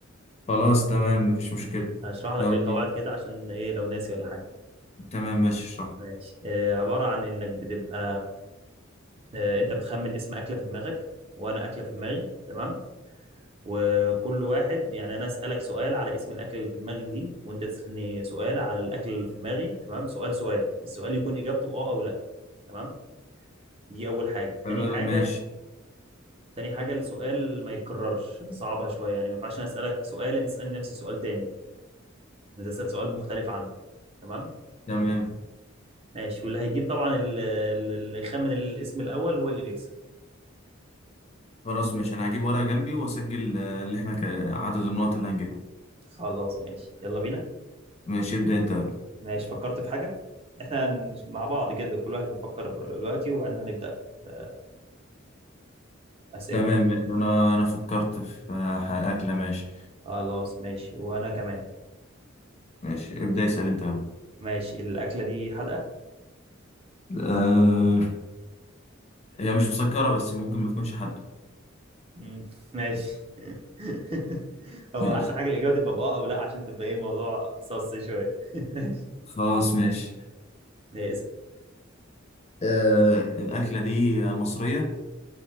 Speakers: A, on the left (about 30°); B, on the right (about 30°).
A: خلاص تمام مفيش مشكلة
B: هشرح لك
A: يلا
B: القواعد
A: بينا
B: كده عشان إيه لو ناسي ولا حاجة
A: تمام ماشي اشرح
B: ماشي آه، عبارة عن إنك بتبقى آه، أنت بتخمن اسم أكلة في دماغك وأنا أكلة في دماغي تمام وكل واحد يعني أنا أسألك سؤال على اسم الأكلة اللي في دماغك دي وأنت تسألني سؤال على الأكل اللي في دماغي تمام سؤال سؤال السؤال يكون إجابته أه أو لأ تمام دي أول حاجة
A: تمام
B: تاني حاجة
A: ماشي
B: تاني حاجة السؤال ما يتكررش نصعبها شوية يعني ما ينفعش أنا أسألك سؤال أنت تسألني نفس السؤال تاني أنت تسأل سؤال مختلف عنه تمام
A: تمام
B: ماشي واللي هيجيب طبعا ال- ال- اللي يخمن الاسم الأول هو اللي بيكسب
A: خلاص ماشي انا هجيب ورقة جنبي واسجل آه، اللي احنا ك- عدد النقط اللي هنجيبها
B: خلاص ماشي يلا بينا
A: ماشي ابدأ انت يلا
B: ماشي فكرت في حاجة احنا هن- مع بعض كده كل واحد بيفكر دلوقتي وبعدين هنبدأ آه، أسئلة
A: تمام ماشي انا انا فكرت في آه، ح- أكلة ماشي
B: خلاص ماشي وأنا كمان
A: ماشي ابدأ اسأل انت يلا
B: ماشي الأكلة دي حادقة
A: آه... هي مش مسكرة بس ممكن ما تكونش حادقة
B: مم، ماشي <laughs> هو
A: ماشي
B: أحسن حاجة الإجابة تبقى بأه أو لأ عشان تبقى إيه الموضوع صص شوية <laughs>
A: خلاص ماشي
B: ماشي اسأل.
A: آه... الأكلة دي مصرية